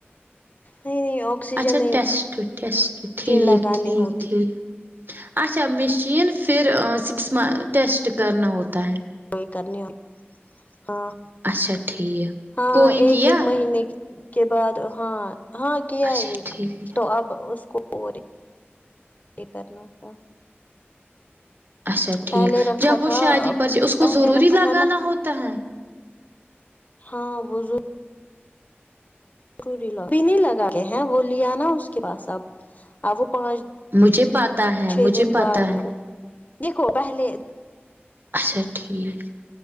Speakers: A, on the left; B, on the right.
A: نہیں نہیں اوک آکسیجن
B: اچھا ٹیسٹ ٹیسٹ ٹھیک
A: لگانی
B: ٹھیک
A: ہوتی
B: ٹھیک اچھا میشین پھر سکس منت ٹیسٹ کرنا ہوتا ہے
A: کوئی کرنی ہاں
B: اچھا ٹھیک
A: ہاں
B: کوئی
A: ایک
B: کیا
A: ایک مہینے کی کے بعد ہاں ہاں کیا
B: اچھا
A: ایک
B: ٹھیک
A: تو اب اس کو اور یہ کرنا تھا
B: اچھا ٹھیک
A: پہلے رکھا
B: جب وہ
A: تھا
B: شادی پر اس کو
A: پہلے
B: ضروری
A: رکھا
B: لگانا
A: تھا نا
B: ہوتا ہے
A: ہاں وہ ضرو ری لگا وہ نہیں لگے ہیں وہ لیا نہ اس کے پاس اب وہ پانچ
B: مجھے پاتا ہے
A: چھ
B: مجھے
A: دن بعد
B: پاتا
A: ہوئے
B: ہے
A: دیکھو پہلے
B: اچھا ٹھیک